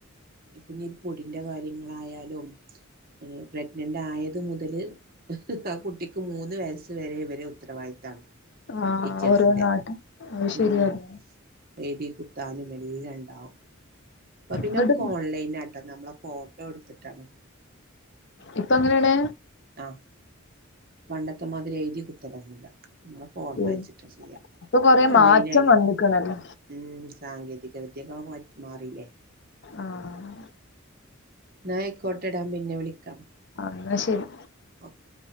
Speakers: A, on the right; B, on the left.
A: പിന്നീ പൊടിൻ്റെ കാര്യങ്ങളായാലും പ്രഗ്നന്റ് ആയത് മുതല് ആഹ് കുട്ടിക്ക് മൂ ന്ന് വയസ്സ് വരെ ഇവരെ ഉത്തരവാദിത്താണ്
B: ആ
A: ടീച്ചേഴ്സിന്റെ
B: ഓരോ നാട്ട് അത്
A: ഉം
B: ശരിയാണ്
A: എയ്തി കുത്താനും എല്ലം ഇണ്ടാവും ഇപ്പൊ പിന്നെ
B: എന്നിട്ട്
A: ഒക്കെ ഓൺലൈൻ ആട്ടോ നമ്മളെ ഫോട്ടോ ഇട്ത്തിട്ടാണ്
B: ഇപ്പ അങ്ങനേണ്
A: ആഹ് പണ്ടത്തെമാതിരി എഴുതി കുത്തലൊന്നുല്ല അമ്മളെ ഫോട്ടോ
B: ഏ
A: വെച്ചിട്ട ചെയ്യാ
B: ഇപ്പൊ കൊറേ
A: ഓൺലൈൻ
B: മാറ്റം
A: ആയില്ലേ
B: വന്ന്ക്ക്‌ണല്ലേ
A: ഉം സാങ്കേതികവിദ്യകളൊ മാറ്റി മാറില്ലേ
B: ആഹ്
A: ഇന്നാ ആയ്ക്കോട്ടെ ടാ പിന്നെ വിളിക്കാം
B: അഹ് ഇന്നാ ശെരി
A: ഓക്കെ